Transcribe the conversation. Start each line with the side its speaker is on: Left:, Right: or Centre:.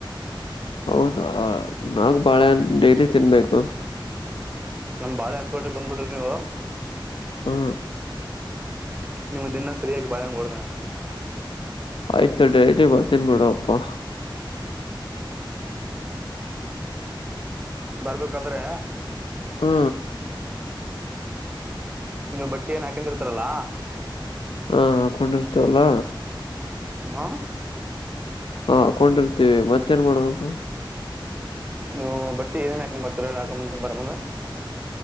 Left: ಹೌದಾ ನಾಕ್ ಬಾಳೆ ಹಣ್ ಡೈಲಿ ತಿನ್ಬೇಕು
Right: ನಮ್ ಬಾಳೆ ಹಣ್ ತೋಟಕ್ ಬಂದ್ಬಿಡ್ರಿ ನೀವು
Left: ಹಾ
Right: ನಿಮ ದೀನ್ನ ಫ್ರೀಯಾಗಿ ಬಾಳೆ ಹಣ್ ಕೊಡ್ತೇನೆ
Left: ಆಯ್ತು ಡೈಲಿ ಬರ್ತೀನ್ ಬುಡ್ಡು ಅಪ್ಪಾ
Right: <inaudible> ಬರ್ಬೇಕಾದ್ರೆ
Left: ಹ್ಮ
Right: ನೀವು ಬಟ್ಟೆ ಏನ್ ಹಾಕೆಂದು ಇರ್ತೀರಲ್ಲ
Left: ಹಾ ಹಾಕೊಂಡಿರ್ತೇವಲ್ಲ
Right: ಹ
Left: ಹಾ ಹಕೊಂಡಿರ್ತೀವಿ ಮತ್ತೇನ್ ಮಾಡ್ಬೇಕು
Right: ನೀವು ಬಟ್ಟಿ ಏನ್ ಹಕೆಮ್ ಬರ್ತೀರಿ ಹೇಳ್ ಹಾಕ ಬರ ಮುಂದ